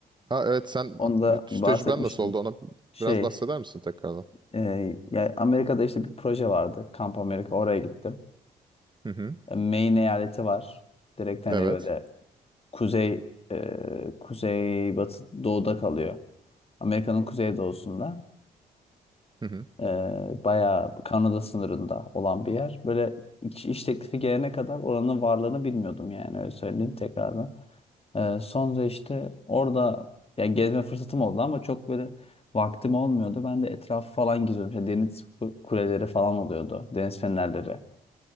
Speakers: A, on the right; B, on the left.
A: Ha evet sen
B: Onu da
A: yurt dışı
B: bahsetmiştim.
A: tecrüben nasıl oldu ona
B: Şey,
A: biraz bahseder misin tekrardan?
B: Ee, ya Amerika'da işte bir proje vardı. Kamp Amerika oraya gittim.
A: Hı hı.
B: E, Maine eyaleti var. Direkt hani
A: Evet.
B: böyle kuzey e, kuzey batı doğuda kalıyor. Amerika'nın kuzey doğusunda.
A: Hı hı.
B: E, bayağı Kanada sınırında olan bir yer. Böyle iş, iş teklifi gelene kadar oranın varlığını bilmiyordum yani öyle söyleyeyim tekrardan. Ee, sonra işte orada ya gezme fırsatım oldu ama çok böyle vaktim olmuyordu. Ben de etrafı falan geziyordum. İşte deniz ku- kuleleri falan oluyordu. Deniz fenerleri.